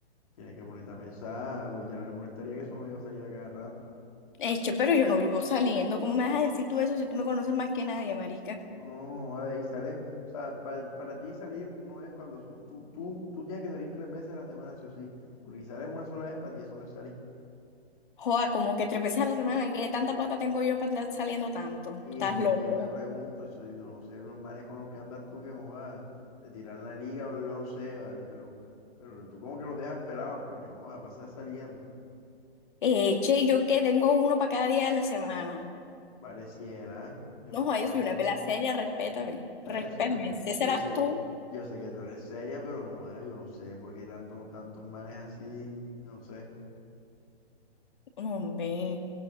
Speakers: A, on the left (about 35°); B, on the left (about 50°).
A: tienes que ponerte a pensar, güey, ya no le molestaría que eso no vaya a salir a cada rato.
B: Eche, pero yo no vivo saliendo, ¿cómo me vas a decir tú eso si tú me conoces más que nadie, marica?
A: No, ahí sales. O sea, pa- para ti salir no es cuando tú, tú, tú tienes que salir tres veces a la semana, sí o sí. Porque si sales una sola vez, para ti eso no es salir.
B: Joda, como que tres veces a la semana, qué tanta plata tengo yo para andar saliendo tanto.
A: Y
B: Estás
A: eso es
B: loco.
A: lo que yo me pregunto. Eso, yo no sé, los manes con los que andas tú que joda, te tiran la liga o yo no sé, ¿vale? Pero, pero tú como que los dejas pelados porque joda, pasas saliendo.
B: Eh, che, ¿yo qué? Tengo uno para cada día de la semana.
A: Pareciera, yo
B: No,
A: no
B: joda,
A: sé.
B: yo soy una pela seria, respétame.
A: O
B: Respétame.
A: sea, yo sé, yo,
B: Ese serás
A: yo sé,
B: tú.
A: yo sé que tú eres seria, pero joda, yo no sé por qué tanto, tantos manes así, no sé.
B: No, Hombre.